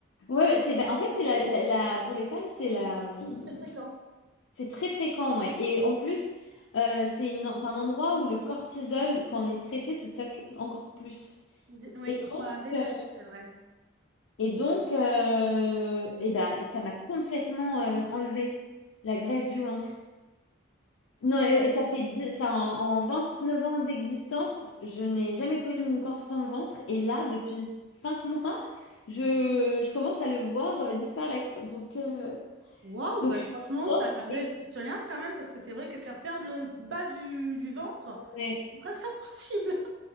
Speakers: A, on the left; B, on the right.
A: Ouais, bah, c'est bah, en fait c'est la, la- la- pour les femmes c'est la hum,
B: très fréquent.
A: c'est très fréquent, ouais. Et en plus, euh, c'est une- c'est un endroit où le cortisol, quand on est stressé, se stocke encore plus.
B: J'ai- Oui,
A: Et,
B: on m'a déjà
A: euh,
B: dit, c'est vrai.
A: et donc, euh, eh ben, ça m'a complètement euh, enlevé la graisse du ventre. Non, et, et ça fait dix- ça, en, en 29 ans d'existence, je n'ai jamais connu mon corps sans ventre. Et là, depuis 5 <laughs> mois, je, je commence à le voir euh, disparaître. Donc, euh,
B: Waouh,
A: donc
B: bah,
A: je suis
B: franchement,
A: contente.
B: ça a l'air révolutionnaire
A: Et,
B: quand même parce que c'est vrai que faire perdre le bas du, du ventre,
A: ouais.
B: c'est presque impossible.